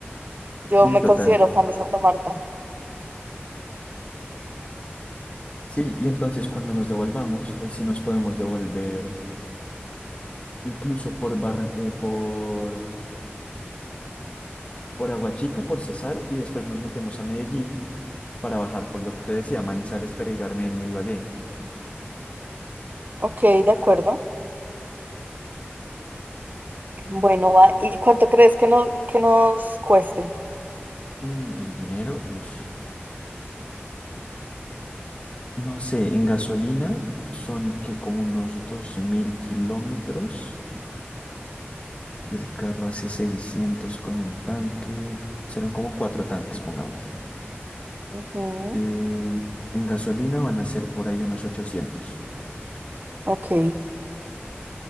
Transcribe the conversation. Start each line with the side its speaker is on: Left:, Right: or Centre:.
Left: Sí,
Right: Yo
Left: total.
Right: me considero fan de Santa Marta.
Left: Sí, y entonces cuando nos devolvamos, ahí sí nos podemos devolver incluso por, Barra- eh, por, por Aguachica, por Cesar, y después nos metemos a Medellín para bajar por lo que te decía, Manizales, Pereira, Armenia, Ibagué.
Right: Ok, de acuerdo. Bueno, va. ¿Y cuánto crees que, no, que nos cueste?
Left: Mm, en dinero, uff, no sé, en gasolina son que como unos 2.000 kilómetros. El carro hace 600 con un tanque, serán como cuatro tanques, pongámosle.
Right: Ujú,
Left: Eh, en gasolina van a ser por ahí unos 800.
Right: Ok,